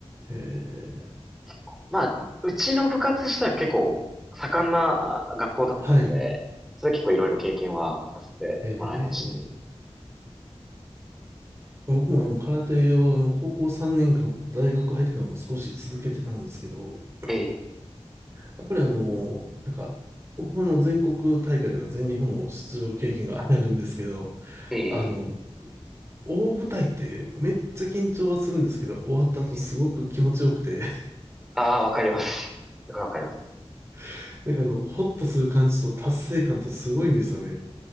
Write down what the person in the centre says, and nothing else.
結構。まあ、うちの部活自体が結構盛んなあ学校だったので、
それで結構いろいろ経験はさせてもらいましたね。
ええ、
ええ、
ええああ、わかります。すごいわかります。